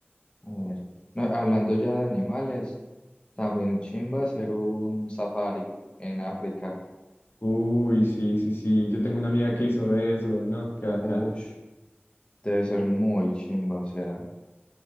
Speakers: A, on the left; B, on the left.
A: A ver, no, hablando ya de animales, también chimba hacer un safari en África.
B: Uy, sí, sí, sí. Yo tengo una amiga que hizo eso, ¿no? Qué bacano.
A: Ush, debe ser muy chimba, o sea,